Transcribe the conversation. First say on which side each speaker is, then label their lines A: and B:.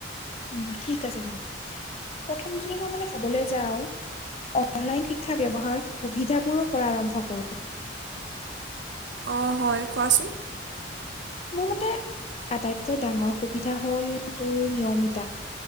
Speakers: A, on the left; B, on the right.
A: উম ঠিক আছে তেন্তে প্ৰথম যদি মই মানে কবলৈ যাওঁ অনলাইন শিক্ষা ব্যৱহাৰ সুবিধাবোৰৰ পৰা আৰম্ভ কৰোঁ।
B: অ হয় কোৱাচোন?
A: মোৰ মতে আটাইতকৈ ডাঙৰ সুবিধা হ'ল তোৰ নিয়মিতা